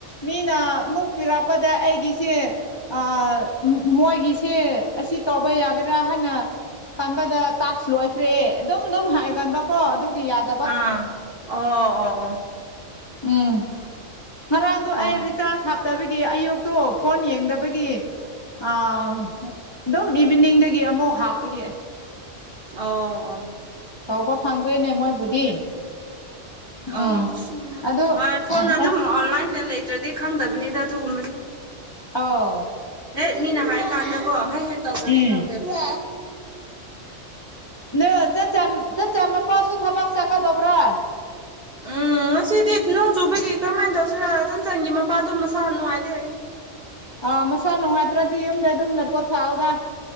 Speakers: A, on the left; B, on the right.
A: ꯃꯤꯅ ꯃꯨꯛ ꯄꯤꯔꯛꯄꯗ ꯑꯩꯒꯤꯁꯦ ꯑꯥ ꯃꯣꯏꯒꯤꯁꯦ ꯑꯁꯤ ꯇꯧꯕ ꯌꯥꯒꯦꯔꯥ ꯍꯥꯏꯅ ꯈꯟꯕꯗ ꯇꯥꯛꯁ ꯂꯣꯏꯈ꯭ꯔꯦ ꯑꯗꯨꯝ ꯑꯗꯨꯝ ꯍꯥꯏꯒꯥꯟꯕꯀꯣ ꯑꯗꯨꯒꯤ ꯌꯥꯠ
B: ꯑꯥ ꯑꯣ ꯑꯣ ꯑꯣ
A: ꯎꯝ ꯉꯔꯥꯡꯗꯣ
B: ꯑꯣ
A: ꯑꯩ ꯔꯤꯆꯥꯔꯖ ꯍꯥꯞꯇꯕꯒꯤ ꯑꯌꯨꯛꯇꯣ ꯐꯣꯟ ꯌꯦꯡꯗꯕꯒꯤ ꯑꯥ ꯑꯗꯨꯝ ꯏꯚꯤꯅꯤꯡꯗꯒꯤ ꯑꯃꯨꯛ ꯍꯥꯞꯄꯒꯤ
B: ꯑꯣ ꯑꯣ
A: ꯇꯥꯎꯕ ꯐꯪꯗ꯭ꯔꯦꯅꯦ ꯃꯣꯏꯕꯨꯗꯤ ꯎꯝ
B: ꯑꯣ
A: ꯑꯗꯨ
B: ꯍꯣꯏ ꯐꯣꯟꯅ
A: ꯑꯁ
B: ꯑꯗꯨꯝ ꯑꯣꯟꯂꯥꯏꯟꯗ ꯂꯩ ꯇ꯭ꯔꯥꯗꯤ ꯈꯪꯗꯕꯅꯤꯗ ꯑꯗꯨꯒꯨꯝꯕꯁꯤ
A: ꯑꯥꯎ
B: ꯍꯦꯛ ꯃꯤꯅ ꯍꯥꯏ ꯀꯥꯟꯗꯀꯣ ꯍꯦꯛ ꯍꯦꯛ ꯇꯧꯗ꯭ꯔꯗꯤ
A: ꯎꯝ
B: ꯈꯪꯗꯦꯕ
A: ꯗꯣ ꯆꯟꯆꯥ ꯆꯟꯆꯥ ꯃꯄꯥꯁꯨ ꯊꯕꯛ ꯆꯥꯠꯀꯗꯧꯕ꯭ꯔꯥ
B: ꯎꯝ ꯉꯁꯤꯗꯤ ꯅꯣꯡ ꯆꯨꯕꯒꯤ ꯀꯔꯝꯃꯥꯏꯅ ꯇꯧꯁꯤꯔ ꯆꯟꯆꯟꯒꯤ ꯃꯄꯥꯗꯣ ꯃꯁꯥ ꯅꯨꯡꯉꯥꯏꯇꯦ ꯍꯥꯏ <inaudible>
A: ꯑꯥ ꯃꯁꯥ ꯅꯨꯡꯉꯥꯏꯇ꯭ꯔꯗꯤ ꯌꯨꯝꯗ ꯑꯗꯨꯝ ꯄꯣꯊꯥꯎꯗ